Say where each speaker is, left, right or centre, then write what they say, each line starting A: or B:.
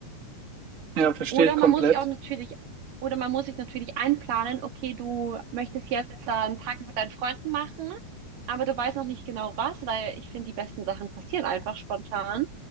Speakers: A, on the right (about 30°); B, on the right (about 85°).
A: Ja, verstehe
B: Oder
A: ich
B: man
A: komplett.
B: muss sich auch natürlich, oder man muss sich natürlich einplanen, okay, du möchtest jetzt äh, einen Tag mit deinen Freunden machen, aber du weißt noch nicht genau was, weil ich finde, die besten Sachen passieren einfach spontan.